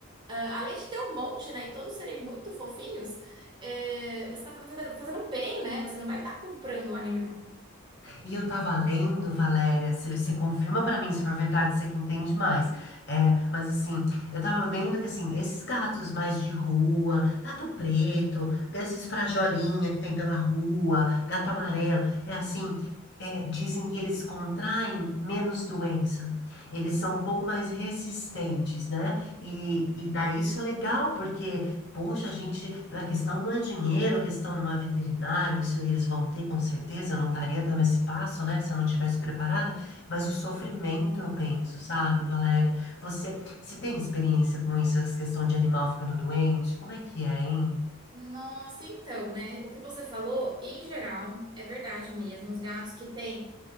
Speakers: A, on the right; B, on the left.
A: Ah, além de ter um monte, né, e todos serem muito fofinhos, é, você tá fazendo fazendo um bem, né? Você não vai estar comprando um animal.
B: E eu tava lendo, Valéria, você confirma pra mim se for verdade, você que entende mais. É, mas assim, eu tava vendo que assim, esses gatos mais de rua, gato preto, esses frajolinha que tem pela rua, gato amarelo, é assim, é, dizem que eles contraem menos doença. Eles são um pouco mais resistentes, né? E, e daí isso é legal, porque Poxa, a gente, a questão não é dinheiro, a questão não é veterinário, isso eles vão ter com certeza, eu não estaria dando esse passo, né, se eu não tivesse preparada, mas o sofrimento eu penso, sabe, Valéria? Você, você tem experiência com isso, essa questão de animal ficando doente? Como é que é, hein?
A: Nossa, então, né? O que você falou, em geral, é verdade mesmo. Os gatos que têm,